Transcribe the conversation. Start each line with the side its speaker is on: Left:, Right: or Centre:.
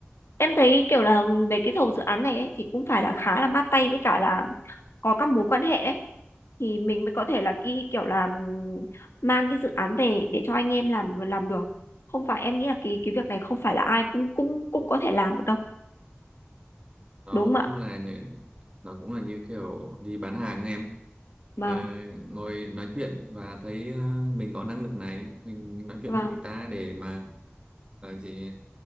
Left: Em thấy kiểu là về cái thầu dự án này ấy, thì cũng phải là khá là mát tay với cả là có các mối quan hệ ấy. Thì mình mới có thể là cái kiểu là ừm, mang cái dự án về để cho anh em làm làm được. Không phải em nghĩ là cái cái việc này không phải là ai cũng cũng cũng có thể làm được đâu.
Right: nó
Left: Đúng không
Right: cũng
Left: ạ?
Right: là như, nó cũng là như kiểu đi bán hàng em
Left: Vâng,
Right: Ờ, ngồi nói chuyện và thấy ờ, mình có năng lực này mình nói chuyện
Left: vâng,
Right: với người ta để mà là gì